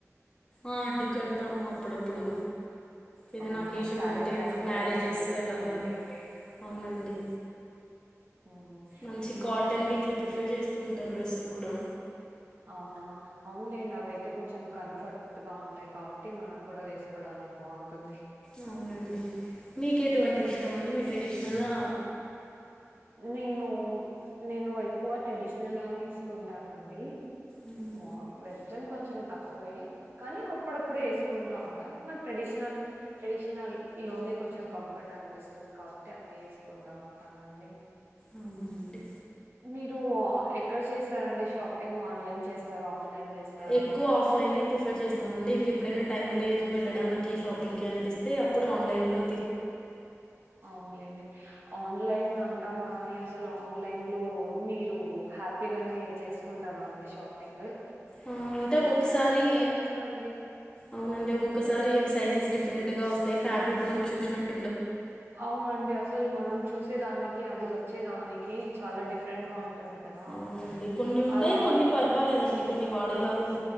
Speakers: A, on the left; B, on the right.
A: ఆ అండి కడతాము అప్పుడప్పుడు ఏదైనా
B: అవునా
A: అకేషన్
B: శారీస్
A: ఉంటే
B: బాగుంటాయి
A: మ్యారేజెస్
B: కదా అండి కట్టుకుంటే
A: అలాగా అవునండి
B: ఉమ్
A: మంచి
B: ఇం
A: కాటన్ ఇట్లా ప్రిఫర్ చేస్త ఉంటాం డ్రెస్సులు కూడా
B: అవునా అవునులేండి అవియితే కొంచెం కంఫర్ట్ గా ఉంటాయి కాబట్టి మనకు కూడా వేసుకోవడానికి బాగుంటుంది
A: అవునండి మీక ఎటువంటిది ఇష్టం అండి మీ ట్రెడిషనల్ ఆ
B: నేను నేను ఎక్కువ ట్రెడిష్ నలుగానే ఏసుకుంటానండి
A: మ్మ్.
B: మా వెస్ కన్ కొంచెం తక్కువే కానీ అప్పుడప్పుడు ఏసుకుంటా ఉంటా నాకు ట్రెడిషనల్ ట్రెడిషనల్ లోనే కొంచెం కంఫర్ట్ అనిపిస్తుంది కావట్టి అవే ఏసుకుంటా ఉంటానండి
A: అవునండి
B: మీరు ఎక్కడ చేస్తారండి షాపింగ్ ఆన్లైన్ చేస్తారా ఆఫ్లైన్ జెస్తారా
A: ఎక్కువ ఆఫ్లైనే ప్రిఫర్ చేస్తామండి ఇంకెప్పుడైనా టైం లేదు వెళ్ళడానికి షాపింగ్ కి అనిపిస్తే అప్పుడు ఆన్లైన్ లో
B: అవునులేండి ఆన్లైన్ అం టాం కానీ అసలు ఆన్లైన్ లో మీరు హ్యాపీగానే చేసుకుంటారా అండి షాపింగూ
A: ఆ అంటే ఒక్కోక్కసారి
B: నచ్చదండి
A: అవునండి ఒక్కొక్కసారి అది సైజెస్ డిఫరెంట్ గా వస్తాయ్ ఫబ్రిక్ మనం చూష్ణట్టు
B: అవునండి అసలు మనం చూసేదానికి అది వచ్చేదాని కి చాల డిఫరెంట్ గా టుందికదా
A: అవునండి కొన్ని ఉంటాయి
B: అలా
A: కొన్ని పర్వాలేదండి కొన్ని వాడేలాగా ఉం